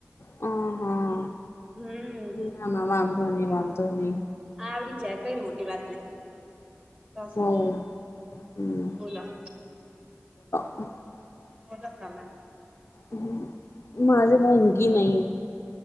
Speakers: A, on the left (about 60°); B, on the right (about 25°).
A: હ હા.
B: હમ
A: ના ના વાંધો નહીં, વાંધો નહીં.
B: આવડી જાય કઈ મોટી વાત તો શું?
A: હ હમ
B: ઓલા
A: <inaudible>
B: મોટા તમે.
A: હ, મારી મોંઘી નહી.